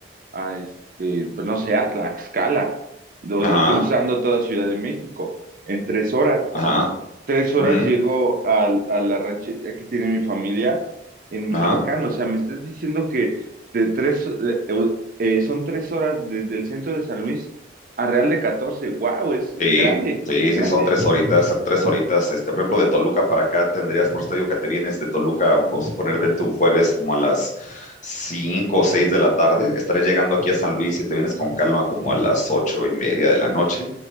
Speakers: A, on the right (about 50°); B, on the left (about 40°).
A: a este, pues no sé, a Tlaxcala, do-
B: Ajá,
A: cruzando toda Ciudad de México en tres horas
B: ajá,
A: tres horas
B: ujú,
A: llego al- a, la ranchería que tiene mi familia en Michoacán.
B: ajá.
A: O sea, me estás diciendo que de tres, eh, eh, eh, son tres horas desde el centro de San Luis a Real de catorce. ¡Wow! Es, es
B: Sí,
A: grande,
B: sí,
A: es grande.
B: sí, son tres horitas, son tres horitas. Este, por ejemplo, de Toluca para acá tendrías, por eso te digo que te vienes de Toluca, vamos a poner, vente un jueves como a las cinco o seis de la tarde. Estaré llegando aquí a San Luis y te vienes con calma como a las ocho y media de la noche.